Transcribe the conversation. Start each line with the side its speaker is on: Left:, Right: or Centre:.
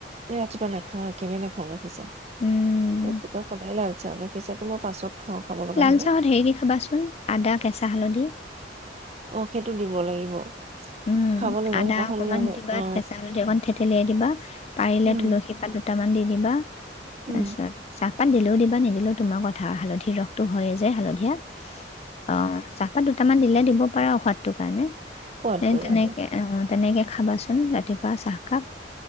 Right: ৰাতিপুৱা নেখাওঁ একেবাৰেই নেখাওঁ গাখীৰ চাহ।
Left: উম,
Right: ৰাতিপুৱা সদায় লাল চাহ। গাখীৰ চাহটো মই পাছত খাওঁ খাব লগা
Left: লাল
Right: হলে
Left: চাহত হেৰি দি খাবাচোন আদা কেঁচা হালধি
Right: অ সেইটো দিব লাগিব
Left: উম
Right: খাব লাগিব
Left: আদা
Right: সেইদিনাখন
Left: অকমান
Right: মোৰ
Left: দিবা
Right: অ
Left: কেচা হালধি অকন থেথেলিয়াই দিবা পাৰিলে
Right: উম
Left: তুলসী পাত তামান দি দিবা তাৰপিছত
Right: উম
Left: চাহ তাত দিলেও দিবা নিদিলেও তোমাৰ কথা হালধিৰ ৰসটো হয়েই হালধীয়া অ চাহপাত কেইটামান দিলে দিব পাৰা ঔষধটোৰ কাৰণে
Right: সোৱাদটোৰ
Left: এ তেনেকে
Right: কাৰণে
Left: অ তেনেকৈ খাবাচোন ৰাতিপুৱা চাহকাপ